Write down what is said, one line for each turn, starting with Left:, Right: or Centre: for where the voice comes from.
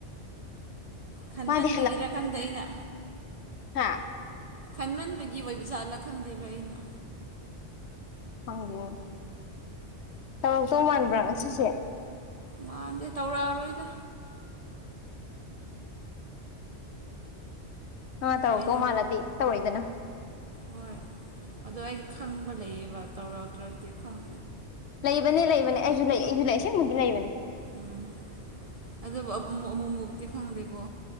Right: ꯈꯟꯃꯟꯕꯒꯤꯔ
Left: ꯃꯥꯗꯤ
Right: ꯈꯪꯗ ꯑꯩꯅ
Left: ꯍꯥꯥ
Right: ꯈꯟꯃꯟꯕꯒꯤ ꯑꯣꯏꯕꯖꯥꯠꯂꯥ ꯈꯪꯗꯦꯕ ꯑꯩꯅ
Left: <unintelligible> ꯇꯧꯔꯛꯇꯧ ꯃꯥꯟꯕ꯭ꯔꯥ ꯉꯁꯤꯁꯦ
Right: ꯃꯥꯟꯗꯦ ꯇꯧꯔꯛꯑꯔꯣꯏꯗ
Left: ꯅꯪ ꯇꯧꯔꯛꯇꯧ
Right: ꯑꯩꯅ
Left: ꯃꯥꯜꯂꯗꯤ ꯇꯧꯔꯛꯏ ꯗꯅ
Right: ꯍꯣꯏ ꯑꯗꯣ ꯑꯩꯗꯤ ꯈꯪꯕ ꯂꯩꯌꯦꯕ ꯇꯧꯔꯇꯔꯗꯤ ꯈꯪ
Left: ꯂꯩꯕꯅꯦ ꯂꯩꯕꯅꯦ ꯑꯩꯁꯨꯨ ꯂꯩ ꯑꯩꯁꯨꯨ ꯂꯩ ꯑꯁꯦꯃꯨꯛꯒꯤ ꯂꯩꯕꯅꯦ
Right: ꯎꯝ ꯑꯗꯨꯕꯨ ꯑꯃꯨ ꯑꯃꯨꯃꯨꯛꯇꯤ ꯈꯪꯗꯦꯀꯣ